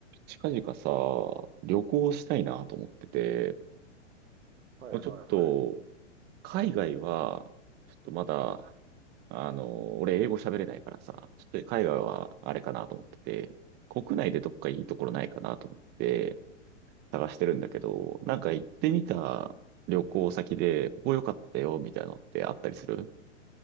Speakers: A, on the right; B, on the right.
A: 近々さ、旅行したいなと思ってて、
B: はいはいはい。
A: もうちょっと、海外は、ちょっとまだ、あの、俺英語喋れないからさ、ちょっと海外はあれかなと思ってて、国内でどっかいいところないかなと思って探してるんだけど、なんか行ってみた旅行先で、ここ良かったよ、みたいなのってあったりする